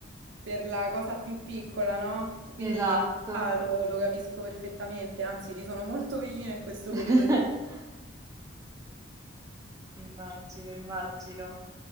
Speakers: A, on the right; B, on the right.
A: per la cosa più piccola, no? Cioè, Quindi
B: esatto.
A: in realtà lo, lo capisco perfettamente, anzi, ti sono molto vicina in questo
B: <laughs>
A: periodo.
B: Immagino, immagino.